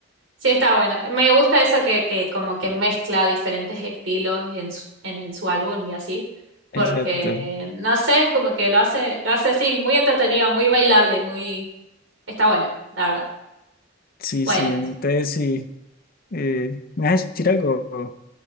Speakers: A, on the right; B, on the left.
A: Sí, está bueno. Me gusta eso que, que como que mezcla diferentes estilos y en su, en, en su álbum y así.
B: Exacto.
A: Porque, no sé, es como que lo hace, lo hace así, muy entretenido, muy bailable, muy... Está bueno, la verdad.
B: Sí,
A: Bueno.
B: sí, entonces sí. eh, ¿me vas a decir algo?